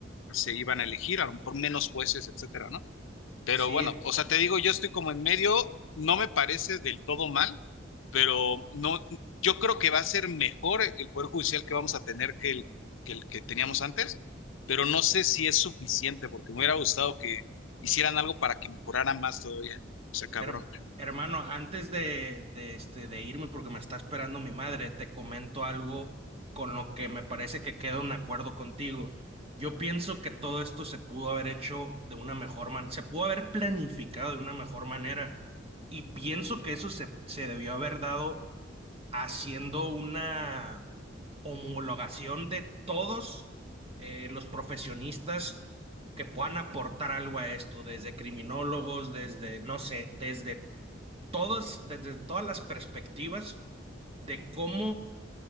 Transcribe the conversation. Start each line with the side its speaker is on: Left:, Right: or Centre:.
Left: se iban a elegir, a lo mejor menos jueces, etcétera, ¿no? Pero
Right: Sí,
Left: bueno, o sea, te digo, yo estoy como en medio, no me parece del todo mal, pero no, yo creo que va a ser mejor el Poder Judicial que vamos a tener que el que, el que teníamos antes, pero no sé si es suficiente, porque me hubiera gustado que hicieran algo para que mejorara más todavía. O sea, cabrón.
Right: Her- hermano, antes de, de, este, de irme, porque me está esperando mi madre, te comento algo con lo que me parece que queda un acuerdo contigo. Yo pienso que todo esto se pudo haber hecho de una mejor manera, se pudo haber planificado de una mejor manera y pienso que eso se, se debió haber dado haciendo una homologación de todos eh, los profesionistas que puedan aportar algo a esto, desde criminólogos, desde, no sé, desde todas, desde todas las perspectivas de cómo